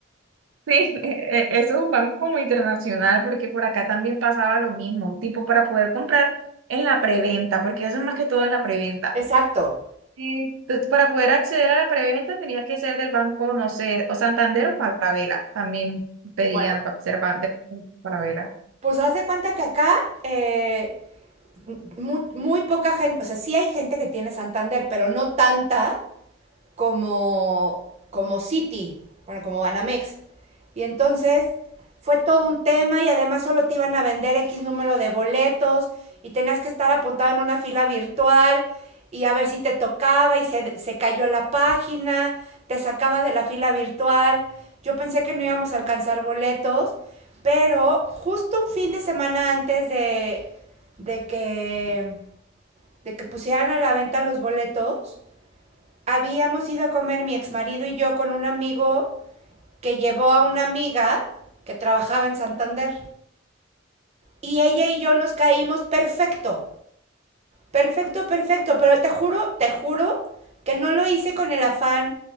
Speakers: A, on the right; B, on the right.
A: sí, <laughs> e- e- eso es un banco como internacional, porque por acá también pasaba lo mismo, tipo para poder comprar en la preventa, porque eso es más que todo en la preventa.
B: Exacto.
A: Eh, tú- tú para poder acceder a la preventa tenías que ser del banco, no sé, o Santander o Falabella. También pedían
B: Bueno,
A: fa- ser ban- de Falabella.
B: pues haz de cuenta que acá eh, muy, muy, poca gente, o sea, sí hay gente que tiene Santander, pero no tanta como, como City, bueno, como Banamex. Y entonces fue todo un tema y además solo te iban a vender X número de boletos y tenías que estar apuntado en una fila virtual y a ver si te tocaba y se, se cayó la página, te sacaba de la fila virtual. Yo pensé que no íbamos a alcanzar boletos, pero justo un fin de semana antes de, de que, de que pusieran a la venta los boletos, habíamos ido a comer mi exmarido y yo con un amigo que llevó a una amiga que trabajaba en Santander. Y ella y yo nos caímos perfecto, perfecto, perfecto, pero te juro, te juro que no lo hice con el afán